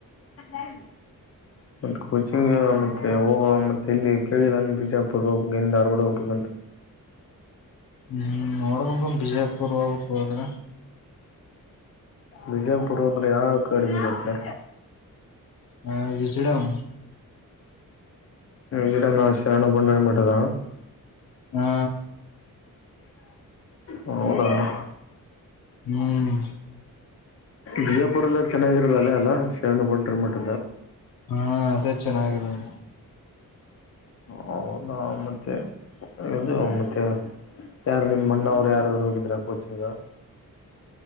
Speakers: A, on the left; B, on the left.
A: ಅ ಮ ಕೋಚಿಂಗ್ ಮತ್ತೆ ಹೋಗ ಮತ್ತೆ ಇಲ್ಲಿ ಕೇಳಿಲ್ಲ ಬಿಜಾಪುರ ಹೋಗಬೇಕುನ ಆ ಧಾರವಾಡ ಹೋಗ್ಬೇಕಂತ
B: ಹ್ಮ್ ನೋಡ ಬಿಜಯಪುರ್ ಬೋದ್ರ
A: ವಿಜಯಪುರ ಹೊದ್ರೆ ಯಾವ ಕಡಿಮೆಗತ್ತೆ
B: ಆ, ವಿಜಡಂ
A: ವಿ ನಾ ಸರಾನ ಬೊಂಡರ ಮದಾ <inaudible>
B: ಹಾ
A: ಹೌದಾ <inaudible>
B: ಹ್ಮ್
A: ಬಿಜಾಪುರಲ್ಲ ಚೆನ್ನಾಗಿರೋದು ಅದೇ ಅಲ? ಶರಣ ಬಂಡಾರಿ ಮಠ.
B: ಹಾ ಅದೇ ಚೆನ್ನಾಗಿರೋದು.
A: ಹೌದ ಮತ್ತೆ ಇದು ಮತ್ತೆ. ಯಾರು ನಿಮ ಅಣ್ಣವ್ರು ಯಾರಾದ್ರು ಹೋಗಿದ್ರ ಕೋಚಿಂಗ?